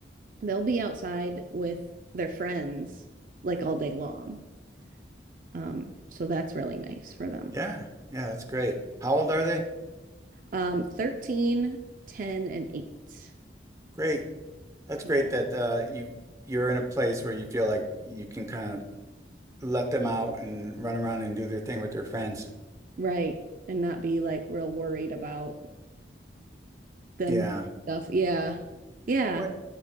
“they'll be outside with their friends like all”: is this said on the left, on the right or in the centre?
Right